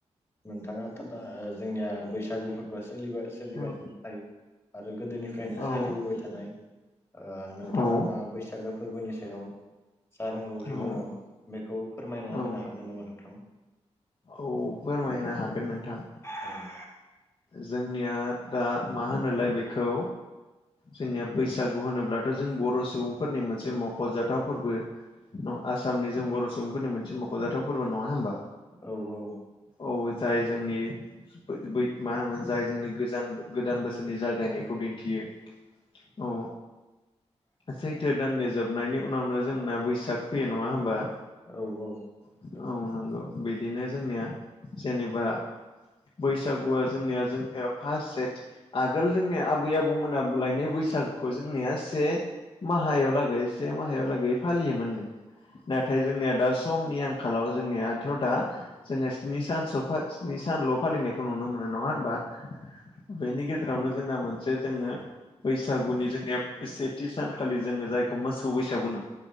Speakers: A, on the left; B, on the left.
A: नोंथाङाथ' दा जोंनिया बैसागु फोरबोआ सोलिबाय सोलिगासिनो
B: औ
A: थायो आरो गोदोनिफ्रायनो
B: औ
A: सोलिबोबाय थानाय ओ नोंथाङा
B: औ
A: दा बैसागो फोरबोनि सायाव जा रोंगौथि
B: औ
A: दङ' बेखौ फोरमायना
B: औ
A: होनो हागोन नामा नोंथां?
B: औ फोरमायनो हागोन नोंथां।
A: <inaudible> उम।
B: जोंनिया दा मा होनोलाय बेखौ जोंनिया बैसागु होनोब्लाथ' जों बर' सुबुंफोरनि मोनसे मखजाथाव फोरबो। औ आसामनि जों बर' सुबुंफोरनि मोनसे मखजाथाव फोरबो नङा होमबा?
A: औ औ।
B: औ जाय जोंनि बै-बै मा होनोमोन जाय जोंनि गोजान गोदान बोसोरनि जागायनायखौ दिन्थियो। औ। सैथो दाननि जोबनायनि उनावनो जोंना बैसाग फैयो नङा होमबा?
A: औ औ।
B: औ नंगौ बिदिनो जोंनिया जेनेबा बैसागुआ जोंनिया जोंनिया फास सेथ आगोल जोंनिया आबै आबौमोना बोलायनो बैसागुखौ जोंनिया से माहायाव लागै से माहायाव लागै फालियोमोननो। नाथाय जोंनिया दा सम नि आंखालाव जोंनियाथ' दा जोङो स्नि सानसो स्नि सानल' फालिनायखौ नुनो मोनो। मोनो नङा होनबा? बेनि गेजेरावनो जोंना मोनसे जोङो बैसागुनि जोंनिया सेथि सानखालि जोङो जाय खौ‌ मोसौ बैसागु होनो‌